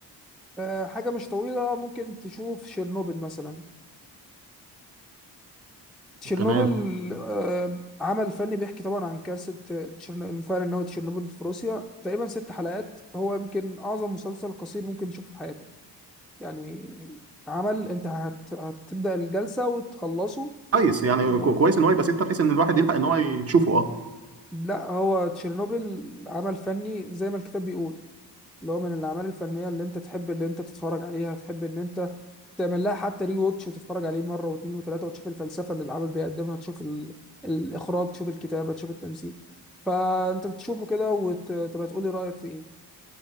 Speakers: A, in the centre; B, on the right (about 35°).
A: آه، حاجة مش طويلة ممكن تشوف شيرنوبل مثلا تشيرنوبل
B: تمام
A: آه، عمل فني بيحكي طبعا عن كارثة تشيرن- المفاعل النووي تشيرنوبل في روسيا تقريبا ست حلقات هو يمكن أعظم مسلسل قصير ممكن تشوفه في حياتك يعني عمل أنت هت... هتبدأ الجلسة وتخلصه
B: كويس يعني
A: و...
B: كو- كويس ان هو يبقى سته بحيث ان الواحد يلحق ان هو يشوفه اه
A: لا هو تشيرنوبل عمل فني زي ما الكتاب بيقول اللي هو من الأعمال الفنية اللي أنت تحب اللي أنت تتفرج عليها تحب إن أنت تعمل لها حتى ري ووتش وتتفرج عليه مره واثنين وثلاثه وتشوف الفلسفه اللي العمل بيقدمها تشوف ال... الاخراج تشوف الكتابه تشوف التمثيل فانت تشوفه كده وتبقى تقول لي رايك في ايه